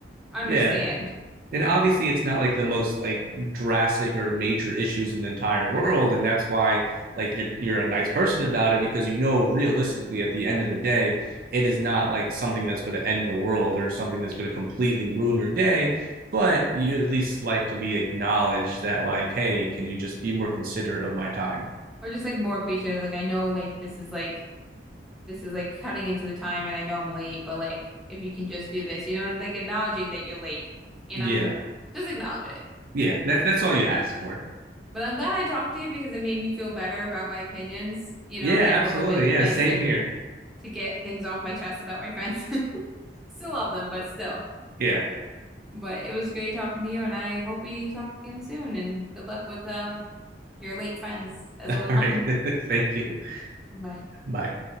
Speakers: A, in the centre; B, on the right.
A: understand
B: yeah. and obviously it's not like the most like drastic or major issues in the entire world and that's why like you're you're a nice person about it because you know realistically at the end of the day it is not like something that's going to end the world or something that's going to completely ruin your day but you at least like to be acknowledged that like hey can you just be more considerate of my time
A: or just like more appreciative. Like, I know like this is like, this is like cutting into the time and I know I'm late, but like, if you can just do this, you know, and like acknowledging that you're late, you
B: yeah
A: know, just acknowledge it.
B: yeah that, that's all you ask for
A: But I'm glad I talked to you because it made me feel better about my opinions, you know,
B: yeah
A: and
B: absolutely
A: a little bit
B: yeah
A: nice
B: same
A: to
B: here
A: to get things off my chest about my friends. <laughs> Still love them, but still.
B: <laughs> yeah
A: But it was great talking to you, and I hope we talk again soon. And good luck with uh, your late friends as
B: All
A: well as mine.
B: right. <laughs> Thank you.
A: <laughs> Bye.
B: Bye.